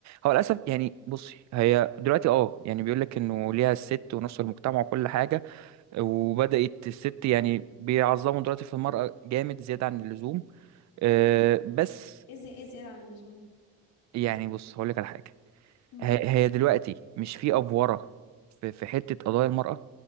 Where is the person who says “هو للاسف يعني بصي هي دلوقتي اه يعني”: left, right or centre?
Right